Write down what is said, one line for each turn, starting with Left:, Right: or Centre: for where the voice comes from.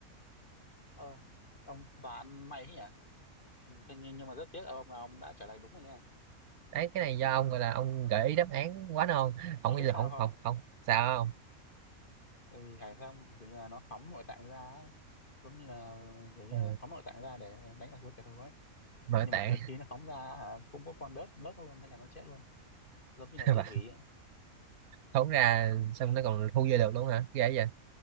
Left: ờ, ông đoán may thế nhỉ Ừ, thế nhưng nhưng mà rất tiếc ông là ông đã trả lời đúng rồi nha
Right: đấy cái này do ông gọi là ông gợi ý đáp án quá non không
Left: ông
Right: bây
Left: biết
Right: giờ
Left: sao
Right: không
Left: không
Right: không không sao không
Left: tại vì hải sâm kiểu như là nó phóng nội tạng ra á. giống như là kiểu như
Right: ừ.
Left: là phóng nội tạng ra để đánh lạc hướng kẻ thù ấy
Right: nội
Left: nhưng
Right: tạng
Left: mà trừ khi nó phóng ra hả cũng có con đớp đớp luôn thế là nó chết luôn giống như là
Right: <laughs>
Left: tự hủy
Right: Và
Left: ấy.
Right: thốn ra xong nó còn thu về được luôn hả ghê vậy